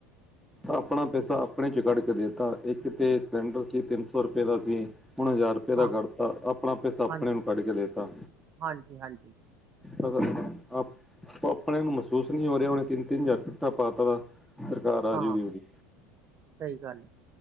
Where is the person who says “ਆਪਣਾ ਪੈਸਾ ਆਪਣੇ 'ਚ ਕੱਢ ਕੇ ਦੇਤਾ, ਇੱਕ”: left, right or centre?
Centre